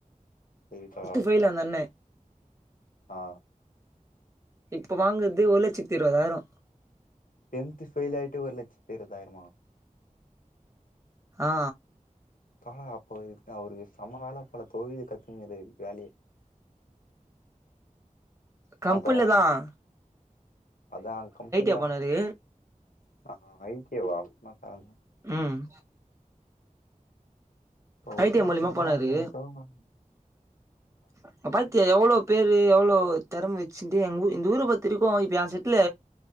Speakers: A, on the left; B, on the right.
A: ஏய்ஃபா
B: ஃபெயில் அந்த அண்ணே
A: <unintelligible> ஆ
B: இப்போ வாங்குறது ஒரு லட்சத்தி இருவதாயிரோ
A: டென்த் ஃபெயில் ஆயிட்டு ஒருலட்சத்து இருவதாயிரமா
B: ஆ
A: பா அப்போ அவரு அவருக்கு செமவேல போல தொழில கத்துன்னுருக்குறாரு வேலைய
B: கம்பெனில
A: ஆ தோழா
B: தான்
A: அதா கம்பெனி
B: ஐ பண்ணாரு
A: ஆ ஐ டி யேவா அப்பனா கெளம்புங்க
B: ம்
A: இப்ப ஒருலட்ச
B: ஐ டி ஐ மூலியமா
A: ரூபா
B: போனாரு
A: வாங்கற டோ நம்
B: அப்ப பாத்தியா எவ்ளோ பேரு எவ்ளோ திறம வெச்சுட்டு எங்க இந்த ஊர பொறுத்த வரைக்கு இப்போ எயே செட்ல